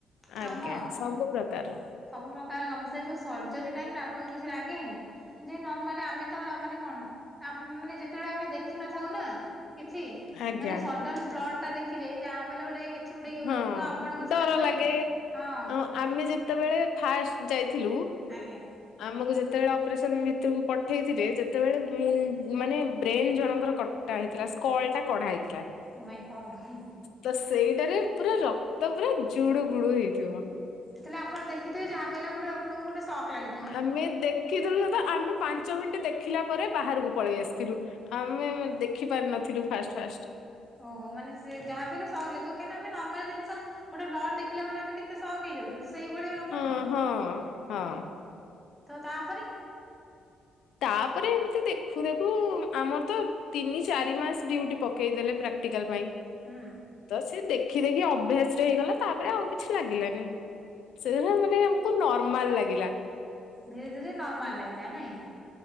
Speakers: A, in the centre; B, on the left.
A: କାମ
B: ଆଜ୍ଞା
A: ଆଉ।
B: ସବୁ ପ୍ରକାର
A: ସବୁ ପ୍ରକାର କାମ ସେ ଯୋଉ ସର୍ଜରୀ ଟାଇମରେ ଆପଣଙ୍କୁ କିଛି ଲାଗେନି ଯେ ନର୍ମାଲି ଆମେ ତ ମାନେ କଣ ମାନେ ଯେତେବେଳେ ଆମେ ଦେଖିନଥାଉ ନା କିଛି
B: ଆଜ୍ଞା
A: ମାନେ ସଡନ ବ୍ଲଟ ଟା ଦେଖିଲେ ଯାହା ବଲେ ଗୋଟେ କିଛି ଗୋଟେ ହୁଏ
B: ହଁ
A: ତ ଆପଣଙ୍କ
B: ଡର
A: ସେଇଟା ହୁଏ
B: ଲାଗେ
A: ନା ନାହଁ
B: ଅ ଆମେ ଯେତେବେଳେ ଫାଷ୍ଟ ଯାଇଥିଲୁ
A: ଆଜ୍ଞା
B: ଆମକୁ ଯେତେବେଳେ ଅପରେସନ ଭିତରକୁ ପଠେଇଥିବେ ଯେତେବେଳେ ମୁ ମାନେ ବ୍ରେନ ଜଣଙ୍କର- ହେଥିଲା ସ୍ଲ ଟା କଢା ହେଇଥିଲା
A: ଓ ମାଇଁ ଗଡ୍।
B: ତ ସେଇ ଏଟାରେ ପୁରା ରକ୍ତ ପୁରା ଜୁଡୁ ବୁଡୁ ହେଇଥିବ
A: ତାହେଲେ ଆପଣ ଦେଖଥିବେ ଯାହା ହେଲେ ଗୋଟେ ଆପଣଙ୍କୁ ଗୋଟେ ଶକ୍ ଲାଗେ
B: ଆମେ ଦେଖିଥିଲୁ ତ ଆମେ ପାଞ୍ଚ ମିନିଟ ଦେଖିଲା ପରେ ବାହାରକୁ ପଳେଇ ଆସିଥିଲୁ ଆମେ ଦେଖିପାରିନଥିଲୁ ଫାଷ୍ଟ ଫାଷ୍ଟ
A: ଓହୋ ମାନେ ସେ ଯାହା ବଇଲେ ସହଥିବ କାହିଁକି ଆେ ନର୍ମାଲ ଜିନିଷ ଗୋଟେ ନ ଦେଖିଲା ମାନେମେତେ ସହକ ହେଇଯାଉଛୁ ସେଇଭଳିଆ କାମ
B: ହଁ
A: ଆଉ
B: ହଁ ହଁ
A: ତ ତାପରେ
B: ତାପରେ ଏମିତି ଦେଖୁ ଦେଖୁ ଆମର ତ ତିନି ଚାରି ମାସ ଡିଉଟି ପକେଇଦେଲେ ପ୍ରାକ୍ଟିକାଲ ପାଇଁ
A: ହୁଁ
B: ତ ସେ ଦେଖି ଦେଖି ଅଭ୍ୟାସ ରେ ହେଇଗଲା ତାପରେ ଆଉ କିଛି ଲାଗିଲାନି ସେ ମାନେ ଆମକୁ ନର୍ମାଲ ଲାଗିଲା
A: ଧୀରେ ଧୀରେ ନର୍ମାଲ ଲାଗିଲା ନାଇଁ